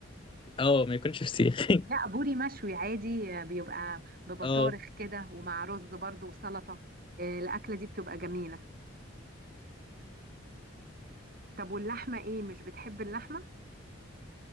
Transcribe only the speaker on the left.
اه آه، ما يكونش فسيخ <laughs>
اه